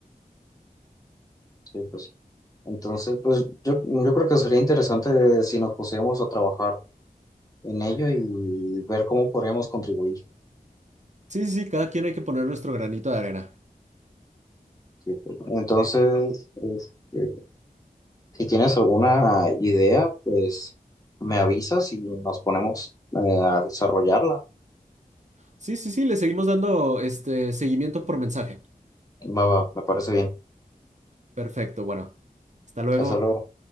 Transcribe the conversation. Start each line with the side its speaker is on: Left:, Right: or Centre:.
Left: sí, pues. Entonces, pues yo, yo creo que sería interesante si nos pusiéramos a trabajar en ello y ver cómo podríamos contribuir.
Right: Sí, sí, sí, cada quien hay que poner nuestro granito de arena.
Left: Sí, pues. Entonces, este, si tienes alguna idea, pues me avisas y nos ponemos eh, a desarrollarla.
Right: Sí, sí, sí, le seguimos dando este seguimiento por mensaje.
Left: Va, va, me parece bien.
Right: Perfecto, bueno. Hasta luego.
Left: Hasta luego,